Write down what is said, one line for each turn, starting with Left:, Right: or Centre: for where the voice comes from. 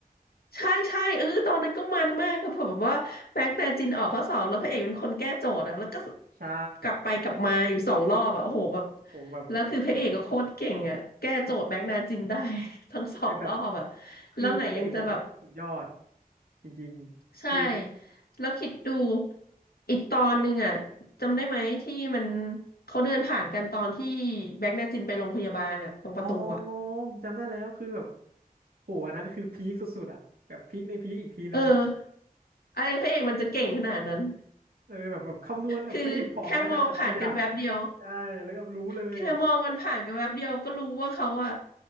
Left: ใช่ใช่เออตอนนั้นก็มันมากก็เผื่อแบบว่าแบงค์แมจินออกข้อสอบแล้วพระเอกเป็นคนแก้โจทย์อะแล้วก็
Right: ใช่
Left: กลับไปกลับมาอยู่สองรอบอะโอ้โหแบบ
Right: โอ้แบบ
Left: แล้วคือพระเอกก็โคตรเก่งอะแก้โจทย์แบงค์นาจินได้ <laughs> ทั้งสองรอบอะ
Right: แต่แบบคือพระเอกแบบสุดยอด
Left: แล้วไหนยังจะแบบ
Right: จริงๆคือ
Left: ใช่แล้วคิดดูอีกตอนหนึ่งอะจำได้ไหมที่มันเขาเดินผ่านกันตอนที่แบงค์นาจินไปโรงพยาบาลอะตรงประตูอะ
Right: อ๋อผมจำได้แล้วคือแบบโหอันนั้นคือพีคสุดๆอ่ะแบบพีคในพีคอีกทีนึงอ่ะ
Left: เอออะไรพระเอกมันจะเก่งขนาดนั้น
Right: เออแบบแบบคำนวณแบบไปหยิบของมาจากถังขยะ
Left: คือแค่มองผ่านกันแวบเดียว
Right: ใช่แล้วก็รู้เลยอ่ะ
Left: แค่มองมันผ่านกันแวบเดียวก็รู้ว่าเขาอะ